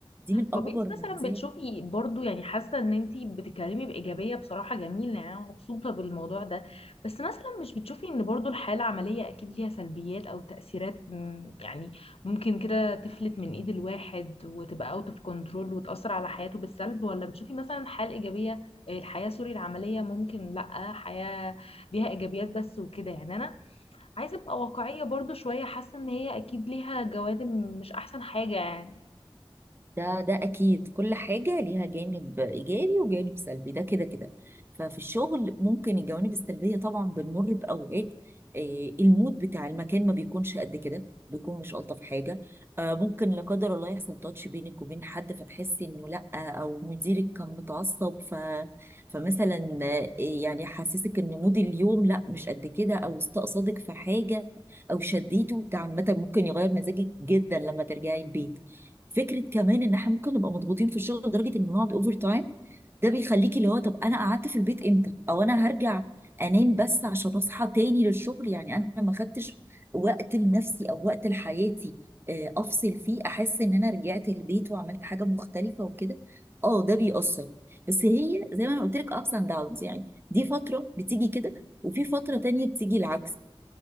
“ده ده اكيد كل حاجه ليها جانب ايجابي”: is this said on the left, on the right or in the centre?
Right